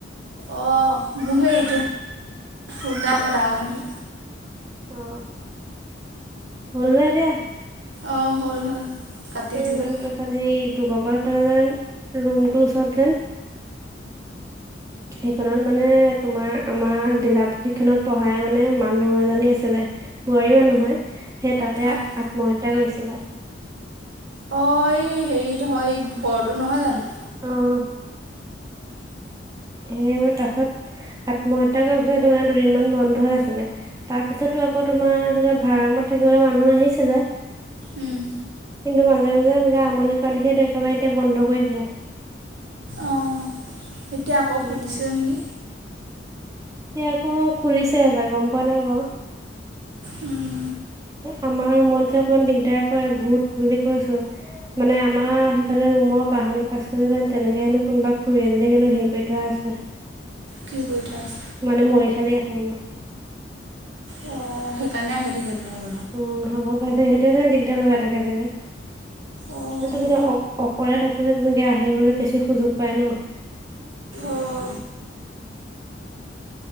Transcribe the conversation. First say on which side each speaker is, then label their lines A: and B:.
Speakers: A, on the right (about 75°); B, on the right (about 20°).
A: অ মোক সেই ইটো ফোন এটা আকৌ ডাঙৰ মহী
B: অ হল নে এতিয়া?
A: অ হল হল। কাটি
B: এ
A: দিলোঁ
B: মানে তাৰপিছত সেই দুগৰবাৰত যেন ৰুমটো ওচৰত যেন সেইখনত মানে তোমাৰ আমাৰ জিলা প্ৰশিক্ষনত পঢ়াই মানে মানুহ এজনী আছিলে। বোৱাৰী মানুহ হয়, সেই তাতে আত্মহত্যা
A: অঁ
B: কৰিছিলে।
A: অ এই হেৰিত হয় ঘৰটো নহয় জানো?
B: অহ। সেই তাৰ পিছত আত্মহত্যা কৰাৰ পিছত সেইটো মানে দুদিনমান বন্ধই আছিলে, তাৰপিছত টো আকৌ তোমাৰ এনে ভাড়া ৰুমত থাকিবলৈ মানুহ আহিছিলে
A: উম।
B: কিন্তু মাজে মাজে এনেকে আমনি কৰা দেখি সেইটো একেবাৰে এতিয়া বন্ধ কৰি দিলে।
A: অঁ এতিয়া আকৌ
B: উম।
A: খুলিছে নেকি?
B: এতিয়া আকৌ খুলিছে হপাই গম পোৱা নাই বাৰু।
A: উম।
B: আমাৰ ৰুমত যে অকমান দিগদাৰ কৰে ভুত বুলি কৈছো মানে আমাৰ সেইফালে ৰুমৰ বাহনিৰ পাছফালে যেন তেনেকে হেনো কোনোবা খুুৰী এজনীক হেনো হেৰি কৰি থোৱা আছে।
A: কি কৰি থোৱা আছে
B: মানে মৰিশালি আছে হেনো।
A: অঁ সেইকাৰণে আহি থাকে তোমালোকৰ
B: উম হ'ব পাৰে দেই সেইটোৱে যেন দিগদাৰ লগাই থাকে চাগে।
A: অঁ
B: তেনেকে অ অকলে থাকিলে তেনেকে আহিবলৈ বেছি সুযোগ পায় ন। <inaudible>
A: অঁ